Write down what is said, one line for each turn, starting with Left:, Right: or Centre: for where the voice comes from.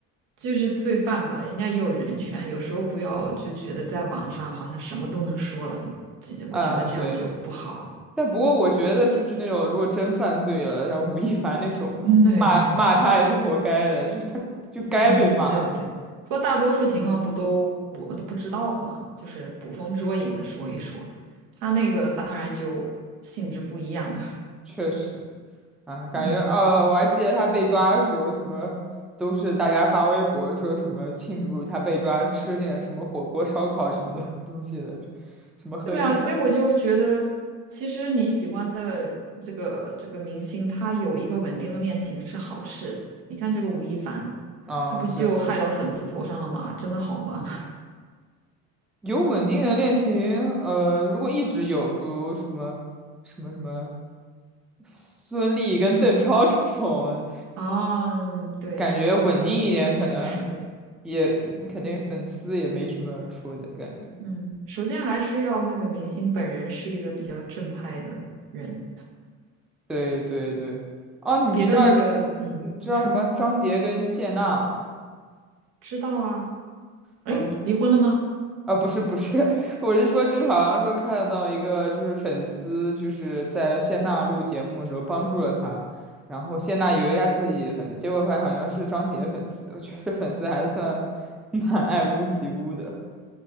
Right: 就是罪犯吧，人家也有人权，有时候不要就觉得在网上好像什么都能说了，这这我觉得这样就不好。
Centre: 嗯，对。但不过我觉得就是那种如果真犯罪了，像吴亦凡那种，
Right: 嗯，<laughs> 对对对，
Centre: 骂骂他也是活该的，就是他就该被骂，
Right: 嗯，对对对。不过大多数情况不都我们都不知道嘛，就是捕风捉影的说一说，他那个当然就性质不一样了。
Centre: 确实啊，感觉呃，
Right: <laughs> 嗯。
Centre: 我还记得他被抓的时候，什么都是大家发微博说什么庆祝他被抓，吃点什么火锅、烧烤什么的 <laughs> 东西的，什么喝点酒，
Right: 对啊，所以我就觉得，其实你喜欢的这个这个明星，他有一个稳定的恋情是好事。你看这个吴亦凡，
Centre: 啊。
Right: 他不就害到粉丝头上了吗？
Centre: 对，
Right: 真的好吗？
Centre: 有稳定的恋情，呃，如果一直有，比如什么什么什么孙俪跟邓超 <laughs> 这种。
Right: <laughs> 啊，嗯对，
Centre: 感觉稳定一点，
Right: 很很稳定，
Centre: 可能
Right: 是的，
Centre: 也肯定粉丝也没什么说的感觉。
Right: 嗯，首先还是要那个明星本人是一个比较正派的人，
Centre: 对对对，哦，你知道
Right: 别的那个，嗯，
Centre: 你知道什么张杰跟谢娜吗？
Right: 你说知道啊？诶，
Centre: 啊，就
Right: 离婚了吗？
Centre: 啊，不是不是，<laughs> 我是说就是好像说看到一个就是粉丝就是在谢娜录节目的时候帮助了她，然后谢娜以为她自己的粉丝，结果发现好像是张杰粉丝。我觉得粉丝还算蛮爱屋及乌的，